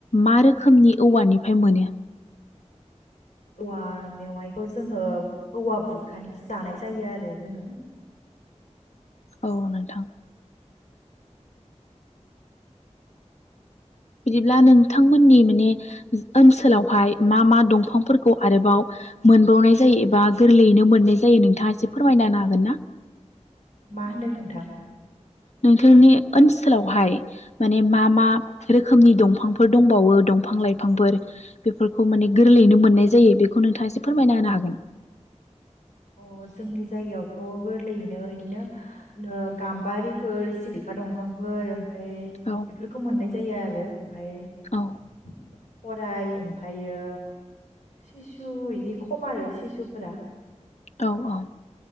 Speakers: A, on the left; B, on the left.
A: मा रोखोमनि औवानिफ्राय मोनो?
B: औवा मेवाइखौ जोङो औवा बुरखानिखौसो जानाय जायो आरो जोङो
A: औ नोंथां बिदिब्ला नोंथांमोननि माने ओनसोलावहाय मा मा दंफांफोरखौ आरोबाव मोनबावनाय जायो एबा गोरलैयैनो मोननाय जायो नोंथाङा एसे फोरमायना होनो हागोनना?
B: मा होनदों नोंथां?
A: नोंथांनि ओनसोलावहाय माने मा मा रोखोमनि दंफांफोर दंबावो, दंफां लाइफांफोर बेफोरखौ माने गोरलैयैनो मोननाय जायो बेखौ नोंथाङा एसे फोरमायना होनो हागोन?
B: अ जोंनि जायगायावथ' गोरलैयैनो बिदिनो गाम्बारिफोर, सिलिखा दंफांफोर ओमफाय
A: औ
B: बेफोरखौ मोननाय जायो आरो ओमफाय
A: औ
B: खराय ओमफ्रायो सिसु बिदि खम आरो सिसुफोरा
A: औ औ।